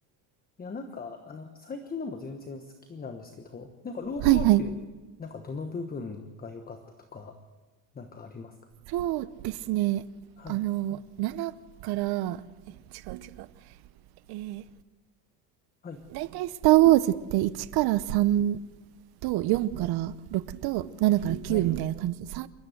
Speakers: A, on the left (about 20°); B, on the right (about 55°).
A: いや、なんか、あの、最近のも全然好きなんですけど、なんか、ローグマンっていう、
B: はいはい。
A: なんか、どの部分が良かったとか、なんかありますか
B: そうですね。
A: はい、
B: あの、7から、え違う違う。えー、
A: はい、
B: だいたいスター・ウォーズって1から3と4から6と7から9みたいな感じで
A: はい。
B: 3,